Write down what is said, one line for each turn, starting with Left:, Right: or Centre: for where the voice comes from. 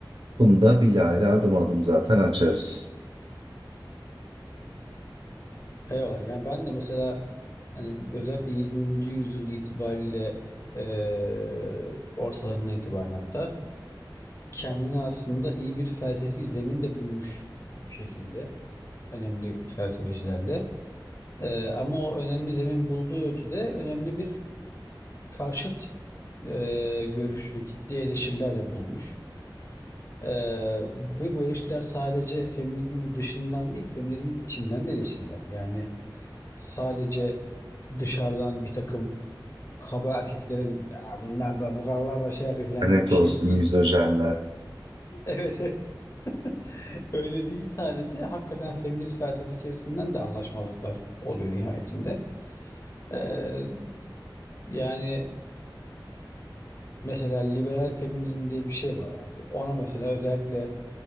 Right: Bunu da bilahare adım adım zaten açarız.
Left: Eyvallah. Yani ben de mesela hani bu özellikle 20. yüzyıl itibariyle eee ortalarından itibaren hatta Kendine aslında iyi bir felsefi zemin de bulmuş bir şekilde önemli felsefecilerle. Eee, ama o önemli zemin bulduğu ölçüde önemli bir karşıt, eee, görüş ve ciddi eleştiriler de bulmuş. Eee, ve bu eleştiriler sadece feminizmin dışından değil, feminizmin içinden de eleştiriler. Yani sadece dışarıdan bir takım kaba erkeklerin bunlar da bu kadar da şey yapıyor." falan
Right: Net
Left: gibi bir şey
Right: olsun
Left: değil.
Right: misojinler.
Left: Evet. <laughs> Öyle değil sadece. Hakikaten feminist felsefe içerisinden de anlaşmazlıklar oluyor nihayetinde. Eee, yani mesela liberal feminizm diye bir şey var abi. Ona mesela özellikle